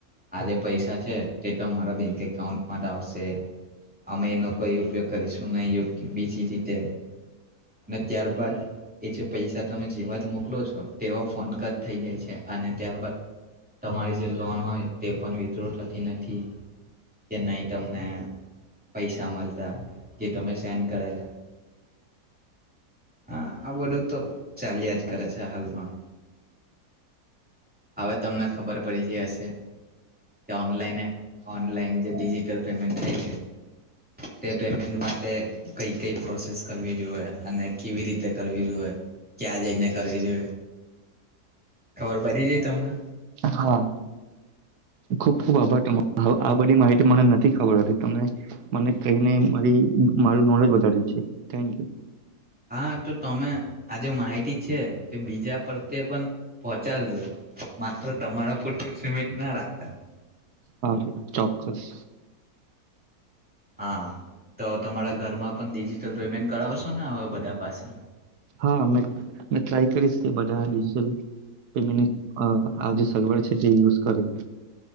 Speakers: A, in the centre; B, on the right.
A: આ જે પૈસા છે તે તમારા બેંક એકાઉન્ટમાં જ આવશે. અમે એનો કયુ ઉપયોગ કરીશું નહીં યોગ્ય બીજી રીતે અને ત્યાર બાાદ એ જે પૈસા તમે એવાજ તો મોકલજ તેઓ ફોન કટ થઈ જાય છે અને ત્યારબાદ તમારી જે લોન હોય તે પણ વિથ્રો થતી નથી. કે નહી તમને પૈસા મલતા જે તમે સેન્ડ કરેલ હ, આ બધું તો ચાલ્યા જ કરે છે હાલમાં. હવે તમને ખબર પડી જ હશે, કે ઓન ઓનલાઈન ડિજિટલ પેમેન્ટ થાય છે તે પેમેન્ટ માટે કઈ કઈ પ્રોસેસ કરવી જોઈએ અને કેવી રીતે કરવી જોએ. ક્યાં જઈને કરવી જોઈએ. ખબર પડી ગઇ તમને
B: હા ખુબ ખુબ આભાર તવે આ બધી માહિતી મને નથી ખબર હતી તમે મને કહીને મારી મારું નોલેજ વધાર્યું છે થકયુ
A: હા તો તમે આજે માહિતી છે તે બીજા પ્ર્યે પણ પહોંચાડજો માત્ર તમારા પોતે સિમેન્ટ ના રાખ <inaudible>
B: હા ચોક્કસ
A: હા તો તમારા ઘરમાં પણ ડિજિટલ પેમેન્ટ કરાવશો ને હવે બધા ત પાાસ
B: હા મે મે ટ્રાય કરીશ કે બધા ડિજટલ પેમેન્ટની આ જે સગવડ છે તે યુઝ કરી